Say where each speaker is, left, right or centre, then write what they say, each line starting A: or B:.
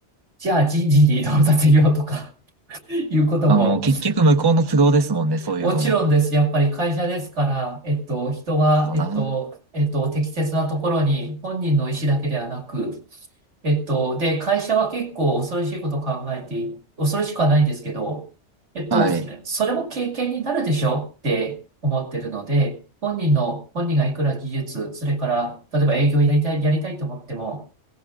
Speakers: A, on the right; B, on the right.
A: じゃあ人事に移動させようとか、いうことも、
B: まあもう結局向こうの都合ですもんね。そういうのも。
A: もちろんです。やっぱり会社ですから、えっと、人は、
B: そうな。
A: えっと、えっと、適切なところに本人の意思だけではなく、えっと、で、会社は結構恐ろしいことを考えてい、恐ろしくはないんですけど、えっと、
B: はい。
A: それ、それも経験になるでしょって思ってるので、本人の、本人がいくら技術、それから、例えば営業やりたい、やりたいと思っても、